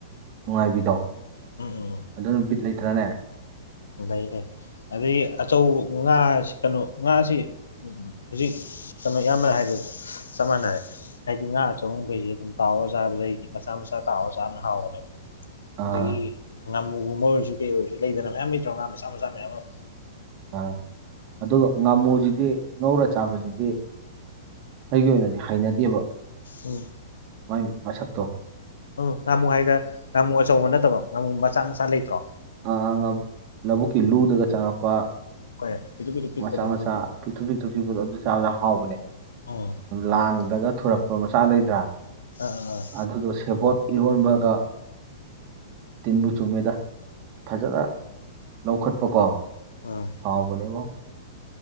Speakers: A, on the right; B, on the left.
A: ꯅꯨꯡꯉꯥꯏꯕꯤꯗꯣ
B: <inaudible>
A: ꯑꯗꯨ ꯅꯨ ꯕꯤꯠ ꯂꯩꯇ꯭ꯔꯅꯦ
B: ꯂꯩ ꯂꯩ ꯑꯗꯗꯒꯤ ꯑꯆꯧ ꯉꯥ ꯀꯩꯅꯣ ꯉꯥꯁꯤ ꯍꯧꯖꯤꯛ ꯀꯩꯅꯣ ꯌꯥꯝꯌꯥꯝꯃꯅ ꯍꯥꯏꯕ ꯆꯞ ꯃꯥꯟꯅꯔꯦ ꯍꯥꯏꯗꯤ ꯉꯥ ꯑꯆꯧꯕꯈꯩꯁꯤ ꯑꯗꯨꯝ ꯇꯥꯛꯑ ꯆꯥꯕꯗꯩꯗꯤ ꯃꯆꯥ ꯃꯆꯥ ꯇꯥꯛꯑ ꯆꯥꯕꯅ ꯍꯥꯎꯕꯅꯦꯕ
A: ꯑꯥ
B: ꯂꯩ ꯉꯥꯃꯨꯒꯨꯝꯕ ꯑꯣꯏꯔꯁꯨ ꯀꯩ ꯑꯣꯏꯔꯁꯨ ꯂꯩꯗꯅ ꯃꯌꯥꯝ ꯂꯩꯇ ꯄ꯭ꯔꯣꯒꯒꯥ ꯃꯆꯥ ꯃꯆꯥ ꯃꯌꯥꯝꯨꯣ
A: ꯑꯥ ꯑ ꯉꯥꯃꯨꯁꯤꯗꯤ ꯉꯧꯔ ꯆꯥ ꯗꯤ ꯑꯩꯒꯤ ꯑꯣꯏꯅꯗꯤ ꯍꯩꯅꯗꯦꯕ
B: ꯎꯝ
A: ꯃ ꯃ ꯁꯇꯣ
B: ꯎꯝ ꯉꯃꯨ ꯍꯥꯏꯗ ꯉꯥꯃꯨ ꯑꯆꯧꯕ ꯅꯠꯇꯕꯣ ꯑꯃ ꯃꯁꯥ ꯃꯁꯥ ꯂꯩꯇ꯭ꯔꯣ
A: ꯑ ꯑ ꯂꯧꯕꯨꯛꯀꯤ ꯂꯨꯗꯒ ꯆꯪꯉꯛꯄ
B: ꯍꯣꯏ ꯄꯤꯛꯇꯨ ꯄꯤꯛꯇꯨ ꯄꯤꯛꯄꯗꯣ
A: ꯃꯆꯥꯥ ꯃꯆꯥ ꯄꯤꯇ꯭ꯔꯨ ꯄꯤꯇ꯭ꯔꯨ ꯄꯤꯕ ꯆ ꯍꯥꯎꯕꯅꯦ
B: ꯎꯝ
A: ꯂꯥꯡꯗꯒ ꯊꯔꯛ ꯍ ꯃꯁꯥꯗꯩ ꯊ
B: ꯑꯥ ꯑꯥ ꯑꯥ
A: ꯑꯗꯨꯗ ꯁꯦꯕꯣꯠ ꯏꯔꯣꯟꯕꯒ ꯇꯤꯟꯕꯨ ꯆꯨꯝꯃꯦꯗ ꯐꯖꯅ ꯂꯧꯈꯠꯄꯀꯣ
B: ꯎꯝ
A: ꯍꯥꯎꯕꯅꯦꯕꯣ